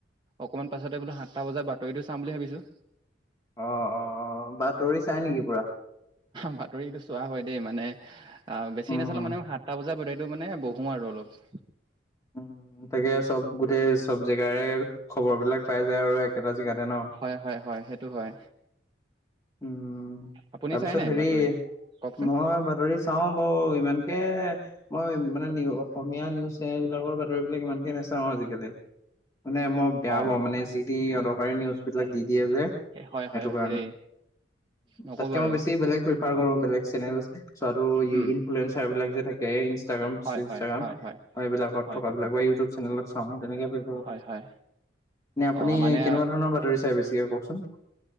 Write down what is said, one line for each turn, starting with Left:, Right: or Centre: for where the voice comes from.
Right: অকমান পাছতে বোলো সাতটা বজাত বাতৰিটো চাম বুলি ভাবিছো।
Left: অ', অ', বাতৰি চাই নেকি পুৰা।
Right: বাতৰি গৈছে। চোৱা হয় দেই মানে অ, বেছি
Left: উম
Right: নাচালো মানে সাতটা বজাত বহো মানে বহো আৰু অলপ।
Left: উম, তাকে চব গোটেই চব জেগাৰে খবৰ বিলাক পাই যায় আৰু। একেটা জেগাতে ন।
Right: হয়, হয়, হয়, সেইটো হয়।
Left: উম,
Right: আপুনি
Left: তাৰপিছত
Right: চাই নাই
Left: হেৰি
Right: বাতৰি কওকচোন
Left: মই বাতৰি চাও বাৰু ইমান। ইমানকে মই মানে নি অসমীয়া নিউজ চেনেল বিলাকৰ বাতৰিবলাক ইমানকে নাচাওঁ আজিকালি।
Right: <unintelligible>
Left: মানে মই বেয়া
Right: অঁ
Left: পাওঁ, মানে চি ডি অদৰকাৰী নিউজ বিলাক দি দিয়ে যে সেইটো
Right: হয় হয় হয়
Left: কাৰণে।
Right: দেই নক'ব
Left: তাতকে
Right: আৰু
Left: মই বেছি বেলেগ প্ৰিফাৰ কৰো বেলেগ চেনেল চোৱাটো
Right: উম,
Left: ইনফ্লুৱেঞ্জাৰ বিলাক যে। থাকে, ইনাগ্ৰ,
Right: হয়
Left: ইষ্টাগ্ৰাম
Right: হয় হয় হয়
Left: এইবিলাকত
Right: হয়
Left: থকা বিলাক বা ইউটিউব চেনেলত। চ, তেনেকে
Right: হয় হয়
Left: নে, আপুনি
Right: অঁ মানে
Left: কেনেকুৱা ধৰণৰ বাতৰি চাই বেছিকে কওকচোন। <inaudible>